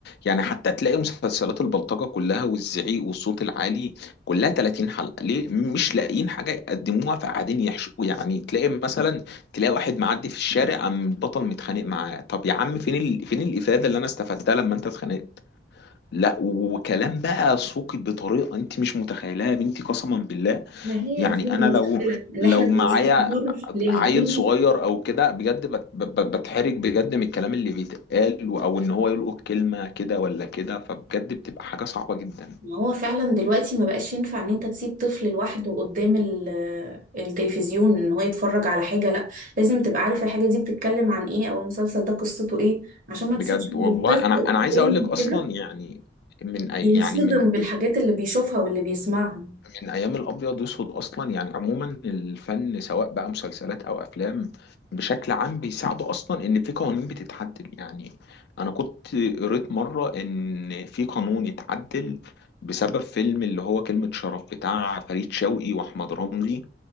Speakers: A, on the left; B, on the right.
A: يعني حتى تلاقي مسلسلات البلطجة كلها والزعيق والصوت العالي كلها 30 حلقة ليه مش لاقيين حاجة يقدموها فقاعدين يحشوا يعني تلاقي مثلا تلاقي واحد معدي في الشارع قام البطل متخانق معاه طب يا عم فين ال... فين الإفادة اللي انا استفدتها لما انت اتخانقت لا وكلام بقى سوقي بطريقه انت مش متخيلها يا بنتي قسما بالله
B: ما هي
A: يعني
B: دي المشكلة
A: انا لو
B: ان
A: لو
B: احنا بنصدر
A: معايا
B: للجيل
A: عيل صغير او كده بجد بت- بت- بتحرج بجد من الكلام اللي بيتقال و- او ان هو يلقط كلمه كده ولا كده فبجد بتبقى حاجه صعبه جدا
B: ما هو فعلا دلوقتي ما بقاش ينفع ان انت تسيب طفل لوحده قدام ال- التلفزيون ان هو يتفرج على حاجة لا لازم تبقى عارف الحاجة دي بتتكلم عن ايه او المسلسل ده قصته ايه عشان ما
A: بجد
B: تسيبش الطفل
A: والله انا انا
B: قدام
A: عايز اقول لك اصلا
B: كده
A: يعني من أي
B: ينصدم
A: يعني من
B: بالحاجات اللي بيشوفها واللي بيسمعها
A: من ايام الابيض واسود اصلا يعني عموما الفن سواء بقى مسلسلات او افلام بشكل عام بيساعدوا اصلا ان في قوانين بتتعدل يعني انا كنت قريت مره ان في قانون اتعدل بسبب فيلم اللي هو كلمه شرف بتاع فريد شوقي واحمد رمزي